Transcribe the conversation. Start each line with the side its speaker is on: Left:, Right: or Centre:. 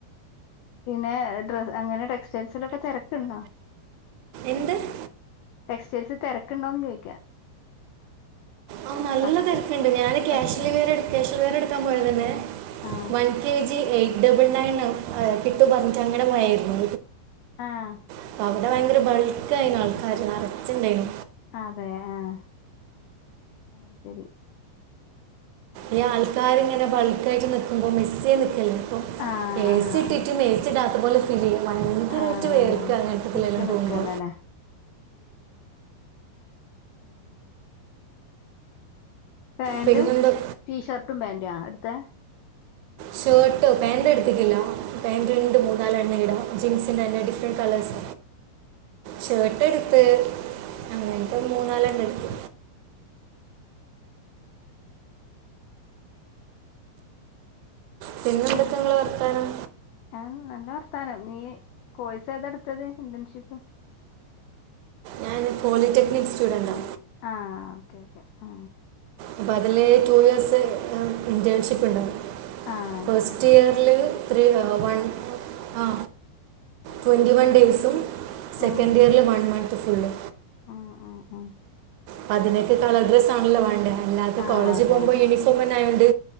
Left: പിന്നെ ഡ്ര അങ്ങനെ ടെക്സ് ജെൻസിലോക്കെ തിരക്കുണ്ട.
Right: എന്ത്
Left: ടെക്സ്റ്റൈൽ തിരക്കുണ്ടോന്ന് ചദിക്കാം.
Right: ആ നല്ല
Left: കസ്റ്റ
Right: തിരക്കുണ്ട് ഞാൻ ക്യാഷ്
Left: കസ്റ്റമർ
Right: ഡെലിവറി ക്യാഷ്ൽിവറി എടുക്കാൻ പോയിരുന്നു തന്നെ
Left: ആഹ്
Right: വ K G eight double nine കിട്ടു പറഞ്ഞിട്ട് അങനപോയർന്നു
Left: ആഹ്
Right: അപ്പ അവിടെ ഭയങ്കര ബൾക്ക് ആയിന ആൾക്കാാര് നിറച്ചണ്ടായിന
Left: അതെ ആഹ അ ശരി
Right: ഈ ആൾക്കാർ ഇങ്ങനെ ബൾക്ക ആയിട്ട് നക്കുമ്പോ മെസ്സിയി നിക്കല്ല ഇപ്പൊ
Left: ആഹ് ആഹ്
Right: എസി
Left: ആഹ്
Right: ഏസി ട്ടാത്തപോലെ ഫീല് ചെയ്യും ഭയങ്കരമായിട്ട്
Left: ആഹ്
Right: വേർുക അങ്ങനത്തെെല്ലാം
Left: തിക്കി നിക്കല്ലല്ലേ
Right: പോകുമ്പോ.
Left: ആ അങ്ങനെ പാാന്റും
Right: പിന്നെന്തോ
Left: ടീഷർട്ടും പാൻറ ആ അടുത്ത
Right: ഷർട്ട് പാൻ്റ് എടുത്തിക്കില്ല പാൻറ് രണ്ട് മൂന്നാലല് എണ്ണ ഇടാം ജീൻസിൻ്റെ തന്നെ ഡിഫറൻറ് കളേഴ്സ്.
Left: അ <inaudible>
Right: ഷർട്ട് ടുത്ത് അങ്ങനത്തെ മൂനാലാണം എടുത് പിന്നെന്തൊക്കെ നിങ്ങള്ൾ വർത്താനം.
Left: ആ നല്ല വർത്താനം നീ കോഴ്സ് ഏതെടുത്തത് ഇന്റേൺഷിപ്പ്
Right: ഞാൻ പോളിടെക്നിക് സ്റ്റുഡന്റാ
Left: ആഹ ഓക്കേ ഓക്കെ ആ
Right: അപ്പം അതില് ടു ഇയേർ്സ് എ ഇന്റേൺഷിപ്പ് ഉണ്ട്
Left: ആഹ് അത്
Right: ഫസ്റ്റ്
Left: ശരി
Right: ഇയറിൽ ത്രീ വൺ ആ ട്വൻറ്റിവൺ ഡേയ്സും സെക്കൻഡ്
Left: ആഹ്
Right: ഇയർലേ വൺ മൻന്തു ഫുള്
Left: ആഹ് ആഹ് ആഹ്
Right: പ്പതിനൊക്കെ കളർ ഡ്രസ്സ ആണല്ലോ വേണ്ട എല്ലാത്തും
Left: ആഹ്
Right: കോളേജ്
Left: അതെ
Right: പോഉമ്പോ
Left: അതെ
Right: യൂണിഫോം എന്നെ ആയോണ്ട്